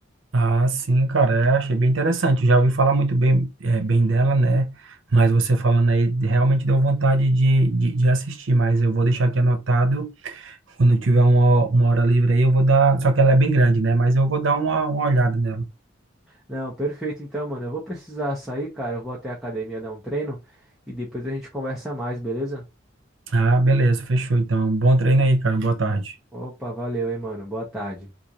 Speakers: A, on the right; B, in the centre.
A: Ah, sim, cara, é, achei bem interessante. Já ouvi falar muito bem, é, bem dela, né? Mas você falando aí realmente deu vontade de, de, de assistir. Mas eu vou deixar aqui anotado. Quando tiver uma, uma hora livre aí, eu vou dar. Só que ela é bem grande, né? Mas eu vou dar uma, uma olhada nela.
B: Não, perfeito. Então, mano, eu vou precisar sair, cara. Eu vou até a academia dar um treino e depois a gente conversa mais, beleza?
A: Ah, beleza, fechou. Então, bom treino aí, cara. Boa tarde.
B: Opa, valeu, hein, mano. Boa tarde.